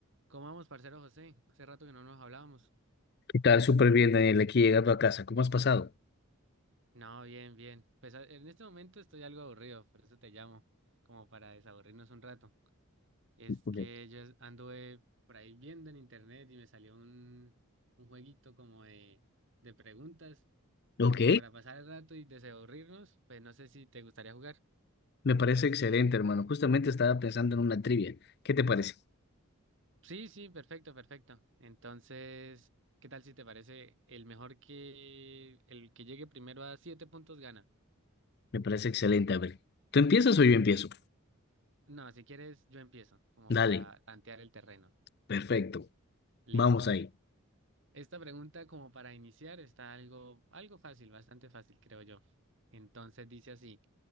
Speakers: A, on the right (about 55°); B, on the left (about 45°).
A: ¿Cómo vamos, parcero José? Hace rato que no nos hablábamos.
B: ¿Qué tal? Súper bien, Daniel, aquí llegando a casa. ¿Cómo has pasado?
A: No, bien, bien. Pues a- en este momento estoy algo aburrido, por eso te llamo, como para desaburrirnos un rato. Es
B: Ok.
A: que yo es- anduve por ahí viendo en internet y me salió un, un jueguito como de, de preguntas
B: Ok,
A: y como para pasar el rato y desaburrirnos, pues no sé si te gustaría jugar.
B: me parece excelente, hermano. Justamente estaba pensando en una trivia. ¿Qué te parece?
A: Sí, sí, perfecto, perfecto. Entonces, ¿qué tal si te parece el mejor que el que llegue primero a siete puntos gana?
B: Me parece excelente. A ver, ¿tú empiezas o yo empiezo?
A: No, si quieres, yo empiezo, como
B: Dale,
A: para tantear el terreno.
B: perfecto.
A: Listo.
B: Vamos ahí.
A: Esta pregunta, como para iniciar, está algo, algo fácil, bastante fácil, creo yo. Entonces dice así,